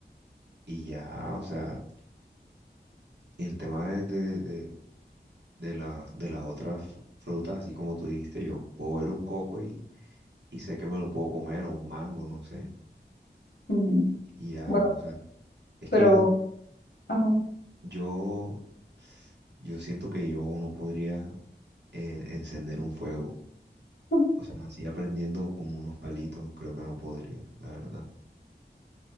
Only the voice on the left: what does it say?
Ujú.
Bueno,
pero,
ajá.
<laughs>